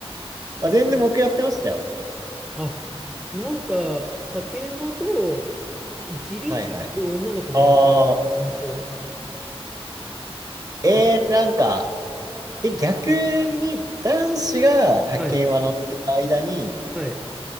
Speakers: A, on the right; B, in the centre.
A: まあ、全然僕やってましたよ。
B: あ、なんか、竹馬と一輪車をすごい女の子がやってる印象
A: はいはい。ああ、えー、
B: で、
A: なんか、え、逆に男子が竹馬乗ってる間に、
B: はい、はい。